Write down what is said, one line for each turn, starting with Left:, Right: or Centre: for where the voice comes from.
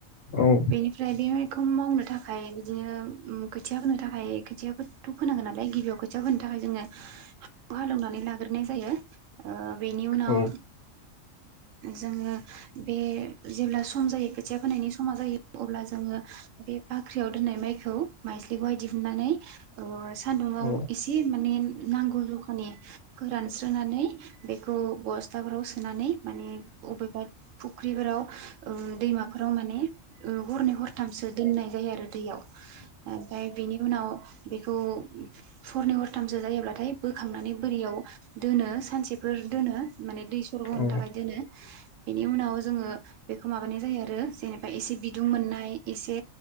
Left: औ
Right: बेनिफ्राय बे माइखौ मावनो थाखाय बिदिनो ओम खोथिया फोनो थाखाय खोथियाथ' फोनांगोन नालाय गिबियाव खोथिया फोनो थाखाय जोङो खौ हालेवनानै लागोरनाय जायो ओ बेनि उनाव
Left: औ
Right: जोङो बे जेब्ला सम जायो खोथिया फोनायनि समा जायो अब्ला जोङो बे बाख्रि ख्रियाव दोननाय माइखौ माइस्लिखौहाय दिहुननानै ओ सान्दुुंआव
Left: औ
Right: एसे माने नांगौ जखा माने फोरानस्रोनानै बेखौ बस्थाफोराव सोनानै माने अबेबा फुख्रिफोराव ओ दैमाफोराव माने ओ हरनै हरथामसो दोननाय जायो आरो दैयाव ओमफाय बेनि उनाव बेखौ हरनै हरथामसो जायोब्लाथाय बो खांनानै बोरियाव दोनो सानसेफोर दोनो माने दैसरद होनो
Left: औ
Right: थाखाय दोनो इनि उनाव जोङो बेखौ माबानाय जायो आरो जेनेबा एसे बिदुं मोननाय एसे